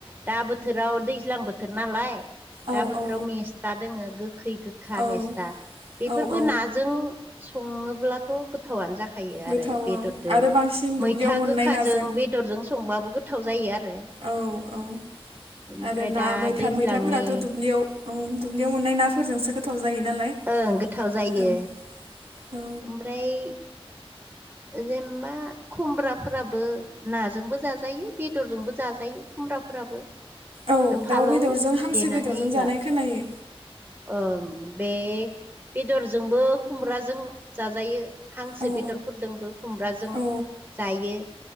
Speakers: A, on the right (about 20°); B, on the right (about 75°).
A: दा बोथोराव दैज्लां बोथोर नालाय
B: औ
A: दा बोथोराव
B: औ
A: मेस दा दोङो गोखै गोखा
B: औ
A: मेस्टा बेफोरबो
B: औ औ
A: नाजों सङोब्लाथ' गोथावनो जाखायो
B: गोथाव
A: आरो बेदरजों
B: औ आरो बांसिन दुब्लियाव
A: मैथा
B: मोननाय
A: गोखाजों
B: नाजों
A: बेदरजों संबाबो गोथाव जायो आरो।
B: औ औ
A: बेनिफ्राय
B: आरो ना
A: दा
B: मैथा
A: दैज्लांनि
B: मैथाफोराथ' दुब्लियाव औ दुब्लियाव मोननाय नाफोरजोंसो गोथाव जायो नालाय।
A: ओं गोथाव जायो
B: ओं औ
A: ओमफ्राय जेनेबा खुमब्राफोराबो नाजोंबो जाजायो बेदरजोंबो जाजायो खुमब्राफोराबो।
B: औ
A: फालौ
B: दाउ बेदरजों हांसो
A: देनानै
B: बेदरजों
A: एबा
B: जानाय खोनायो।
A: ओं बे बेदरजोंबो खुमब्राजों जाजायो हांसो
B: ओं औ
A: बेदर फोरजोंबो खुमब्राजों
B: औ
A: जायो।